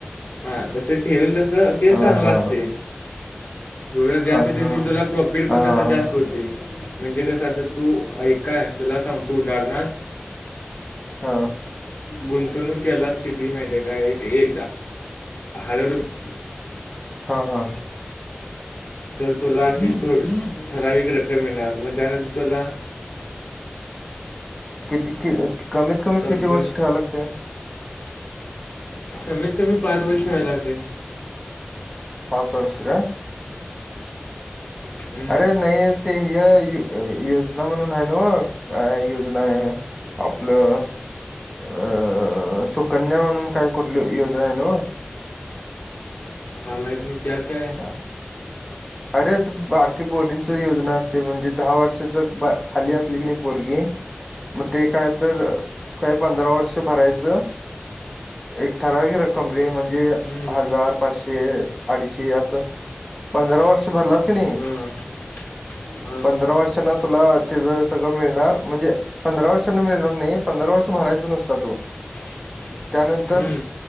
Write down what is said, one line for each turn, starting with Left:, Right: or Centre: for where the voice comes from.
Left: हा जस ठेवेल तसं ते
Centre: हा
Left: चांगलं असते. एवढं जास्त
Centre: हा
Left: ठेवशील
Centre: हा
Left: तुला प्रॉफिट पण
Centre: हा
Left: तसा जास्त होते. म्हणजे कसं आता तू ऐक काय तुला सांगतो उदाहरण
Centre: हा
Left: गुंतवणूक यालाच कितीये माहिती ये काय एक <unintelligible>
Centre: हा हा
Left: तर तुला ही ठराविक रक्कम मिळणार म त्यानंतर तुला
Centre: किती कि कमीत कमीत
Left: कंपनी
Centre: किती वर्ष ठेवावं लागते.
Left: कमीत कमी पाच वर्ष व्हायला लागते.
Centre: पाच वर्ष का
Left: हम्म
Centre: अरे नाही. ते ह योजना म्हणून आहे न व काय योजना आहे. आपलं अं सुकन्या म्हणून काय कुठली योजना आहे ना व
Left: का माहीत नाही त्यात काय
Centre: हा अरे बारकी पोरींच योजना असते म्हणजे दहा वर्षाच खाली असली की नाही पोरगी मग ते काय तर काही पंधरा वर्ष भरायचं एक ठराविक रक्क म म्हणजे
Left: हम्म
Centre: हजार पाचशे अडीचशे अस पंधरा वर्ष भरलास की नाही
Left: हा <inaudible>
Centre: पंधरा वर्षांना तुला तिच सगळं मिळणार म्हणजे पंधरा वर्षांन मिळणार नाही पंधरा वर्ष भरायचा नुसता तो
Left: <inaudible>
Centre: त्यानंतर
Left: हम्म